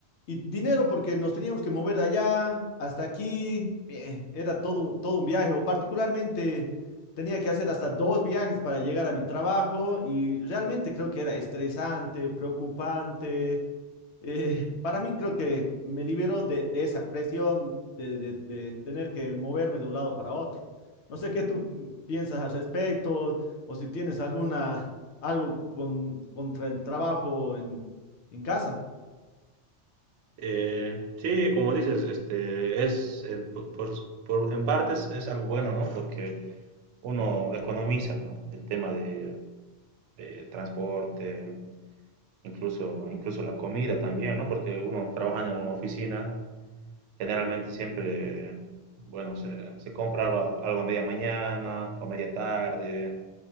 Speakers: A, on the left (about 70°); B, on the right (about 80°).
A: y dinero porque nos teníamos que mover allá, hasta aquí, bien, era todo, todo un viaje, o particularmente tenía que hacer hasta dos viajes para llegar a mi trabajo y realmente creo que era estresante, preocupante. Eh, <laughs> para mí creo que me liberó de, de esa presión de, de- de tener que moverme de un lado para otro. No sé qué tú piensas al respecto o si tienes alguna, algo con, contra el trabajo en, en casa.
B: Eh, sí, como dices, este es eh, por- por- por- en partes es algo bueno, ¿no? Porque uno economiza, ¿no? El tema de, eh, transporte, incluso, incluso la comida también, ¿no? Porque uno trabaja en una oficina, generalmente siempre, bueno, se, se compra algo, algo a media mañana o a media tarde,